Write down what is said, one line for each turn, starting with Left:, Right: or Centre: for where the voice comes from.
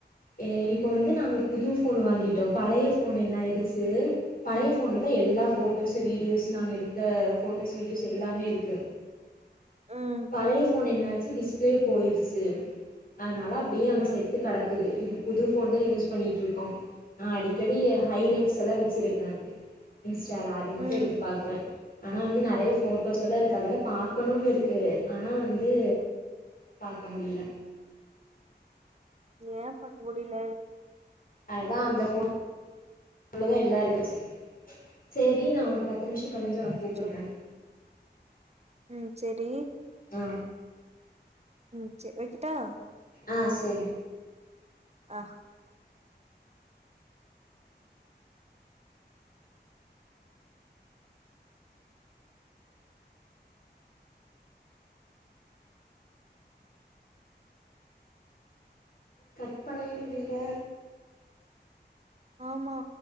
Left: ஏ இப்ப வந்து நாங்க புது ஃபோன் வாங்கிட்டோ பழைய ஃபோன் என்ன ஆயிடுச்சு பழைய ஃபோன்ல தா எல்லா
Right: ம்
Left: ஃபோட்டோசு வீடியோஸ் நாங்க எடுத்த ஃபோட்டோஸ் வீடியோஸ் எல்லாமே இருக்கு
Right: ம்
Left: பழைய ஃபோன் என்னாச்சி டிஸ்பிளே போயிருச்சு அனால டியே அங்க
Right: ம் ம்
Left: செத்து கடக்குது இப்ப புது ஃபோன் தா யூஸ் பண்ணிட்டு இருக்கோ நா அடிக்கடி ஹைலைட்ஸ்
Right: ம்
Left: எல்லா வச்சிருக்க இன்ஸ்டால அது மட்டு
Right: ம்
Left: எடுத்து பாக்குவ ஆனா வந்து நெறைய ஃபோட்டோஸ் எல்லா இருக்கு அதெல்லா பாக்கணும் இருக்கு ஆனா வந்து பாக்க முடியில
Right: ஏ பாக்க முடில
Left: அதா அந்த போ னுதா எல்லா இருன்ச்சு சேரி நா ஒ பத்து நிம்ஷ கழிஞ்சா நா
Right: அச்சச்சோ
Left: கூப்புட்றே
Right: ம் செரி
Left: ஆ
Right: ம் சேர் வெக்கிட்டா
Left: ஆ சேரி
Right: ஆ
Left: கட் பண்ணவே முடியில
Right: ஆமா